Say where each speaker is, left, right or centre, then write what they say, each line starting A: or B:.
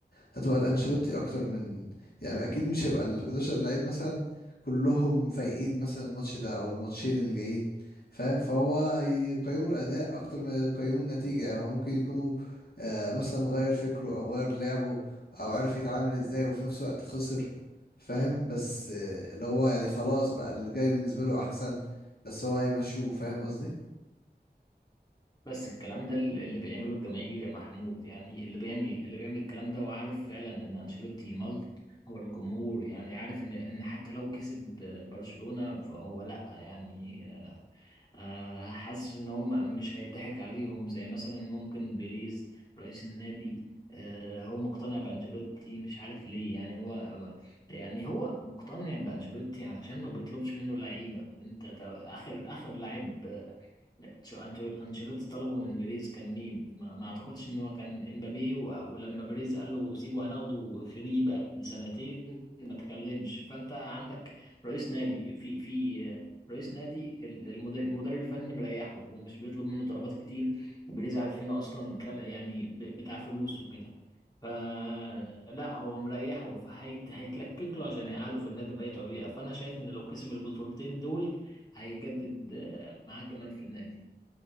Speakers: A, on the left; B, on the left.
A: هتبقى الأنشيلوتي أكتر من يعني أكيد مش هيبقى ال 11 لعيب مثلا كلهم فايقين مثلا الماتش ده أو الماتشين اللي جايين فاهم فهو يقيموا الأداء أكتر ما يقيموا النتيجة يعني هو ممكن يكونوا آه، مثلا غير فكره او غير لعبه او عارف يتعامل ازاي وفي نفس الوقت خسر فاهم بس آه، اللي هو يعني خلاص بقى اللي جاي بالنسبة له احسن بس هو هيمشوه فاهم قصدي
B: بس الكلام ده اللي بيعمله الجماهير يا محمود يعني اللي بيعمل اللي بيعمل الكلام ده وعارف فعلا ان انشيلوتي ملط هو الجمهور يعني عارف ان ان حتى لو كسب برشلونة فهو لا يعني آه، حاسس ان هم مش هيضحك عليهم زي مثلا ممكن بيريز رئيس النادي آه، هو مقتنع بانشيلوتي مش عارف ليه يعني هو يعني هو مقتنع بانشيلوتي علشان ما بيطلبش منه لعيبه انت ت- اخر اخر لعيب شو أنتو- انشيلوتي طلبه من بيريز كان مين ما, ما اعتقدش ان هو كان امبابي و- ولما بيريز قال له سيبه هناخده فري بقى بسنتين ما تكلمش فانت عندك رئيس نادي في في رئيس نادي ال- المدير المدير الفني مريحه ومش بيطلب منه طلبات كتير وبيريز عارفينه اصلا كلا- يعني ب- بتاع فلوس وكده فلا هو مريحه فهيت هيتلكك له عشان يقعده في النادي بأي طريقة فأنا شايف إن لو كسب البطولتين دول هيجدد آه، معاه كمان في النادي